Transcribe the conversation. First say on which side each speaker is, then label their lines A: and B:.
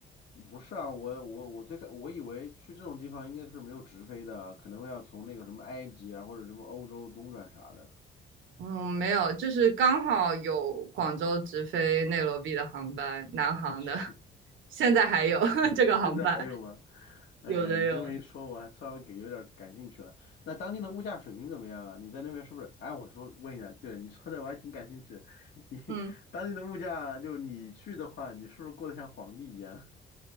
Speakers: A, on the left (about 65°); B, on the right (about 75°).
A: 不是啊，我我我最开我以为去这种地方应该是没有直飞的，可能要从那个什么埃及啊或者什么欧洲中转啥的
B: 嗯，没有，就是刚好有广州直飞内罗毕的航班，南航的，
A: 我 <laughs> 去。
B: <laughs> 现在还有 <laughs>
A: <laughs>
B: 这个航班，
A: 现在还有吗？哎呦，
B: 有的有的
A: 你这么一说，我还稍微给有点感兴趣了。那当地的物价水平怎么样啊？你在那边是不是？哎，我说问一下，对，你说的我还挺感兴趣的。<laughs> 你
B: 嗯。
A: 当地的物价，就你去的话，你是不是过得像皇帝一样？